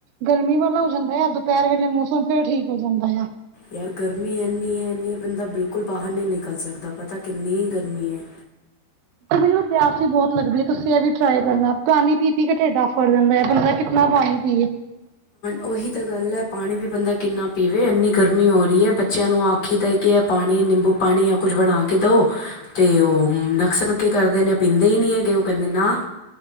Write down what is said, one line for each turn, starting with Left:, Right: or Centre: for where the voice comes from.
Right: ਗਰਮੀ ਵਾਲਾ ਹੋ ਜਾਂਦਾ ਆ ਦੁਪਹਿਰ ਵੇਲੇ ਮੌਸਮ ਫਿਰ ਠੀਕ ਹੋ ਜਾਂਦਾ ਆ।
Left: ਯਾਰ ਗਰਮੀ ਏਨੀ ਹੈ ਏਨੀ ਬੰਦਾ ਬਿਲਕੁਲ ਬਾਹਰ ਨਹੀਂ ਨਿਕਲ ਸਕਦਾ ਪਤਾ ਕਿੰਨੀ ਗਰਮੀ ਹੈ।
Right: ਤੇ ਮੈਨੂੰ ਪਿਆਸ ਹੀ ਬਹੁਤ ਲੱਗਦੀ ਹੈ ਤੁਸੀਂ ਇਹ ਵੀ ਟਰਾਈ ਕਰਨਾ ਪਾਣੀ ਪੀ-ਪੀ ਕੇ ਢੇਡ ਆਫਰ ਜਾਂਦਾ ਹੈ ਬੰਦਾ ਕਿੰਨਾ ਪਾਣੀ ਪੀਏ।
Left: ਉਹੀ ਤਾਂ ਗੱਲ ਹੈ ਪਾਣੀ ਵੀ ਬੰਦਾ ਕਿੰਨਾ ਪੀਵੇ, ਇੰਨੀ ਗਰਮੀ ਹੋ ਰਹੀ ਹੈ ਬੱਚਿਆਂ ਨੂੰ ਆ ਕੀਤਾ ਕਿ ਪਾਣੀ ਨਿੰਬੂ ਪਾਣੀ ਜਾ ਕੁਝ ਬਣਾ ਕੇ ਦੋ ਤੇ ਨਕਸਰ ਪੱਕੇ ਕਰਦੇ ਨੇ। ਪੀਂਦੇ ਹੀ ਨਹੀਂ ਹੈਗੇ ਉਹ ਕਹਿੰਦੇ ਨਾ